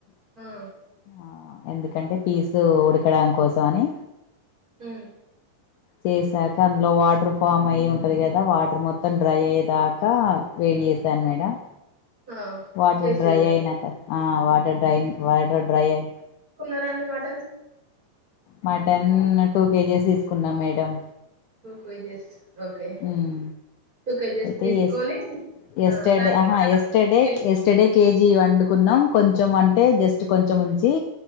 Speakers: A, on the right; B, on the left.
A: ఆ
B: ఆ ఎందుకంటే పీసు ఉడకడం కోసం అని
A: హు
B: చేసాక అందులో వాటర్ ఫామ్ అయి ఉంటది కదా వాటర్ మొత్తం డ్రై అయేదాకా వేడి చేసాను మేడమ్
A: ఆ
B: వాటర్
A: చేసిరా
B: డ్రై అయినాక ఆ వాటి డ్రై వాటర్ డ్రైయర్
A: సరే అండి మాట
B: మటన్ టూ కేజీస్ తీసుకున్నాం మేడం
A: టూ కేజెస్ ఓకే
B: ఉమ్
A: టూ కేజీస్
B: అయితే
A: తీసుకొని
B: ఎస్ ఎస్టర్డే
A: దానికి
B: ఆహా ఎస్టర్డే
A: <unintelligible>
B: ఎస్టర్డే కేజీ వండుకున్నాం కొంచెం అంటే జస్ట్ కొంచెం ఉంచి